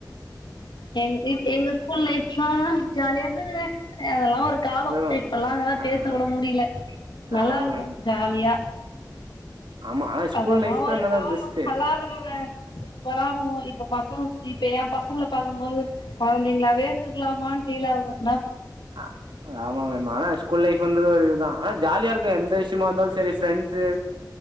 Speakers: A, on the left; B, on the right.
A: எங் எங் எங்க ஸ்கூல் லைஃப்லா ஜாலியா இருந்ததுங்க அதெல்லா ஒ ரு காலம்
B: இல்ல மேம்
A: இப்பெல்லாம் அதலாம்
B: ஆ
A: பேச
B: ஆ ஆ.
A: கூட முடியில நல்லா
B: ஆமா
A: இருக்கும்
B: மேம்
A: ஜாலியா
B: ஆமா ஆனா ஸ்கூல்
A: அதெல்லாம்
B: லைஃப் தா
A: ஒரு
B: என்னதா
A: காலம்
B: பெஸ்ட்டு
A: நல்லா இருக்குங்க சூப்பரா இருக்கும் இப்ப பசங்க இப்ப ஏன் பசங்கள பாக்கமோது ஆன் சிங்ளாவே இருந்துருக்கலாமான் ஃபீல் ஆகும்
B: ஆ ஆமா மேடம் ஆனா ஸ்கூல் லைஃப் சுந்தர வரைக்கும் தா ஆனா ஜாலியா இருக்கும் எந்த விஷியமா இருந்தாலும் செரி ஃபிரண்ட்ஸு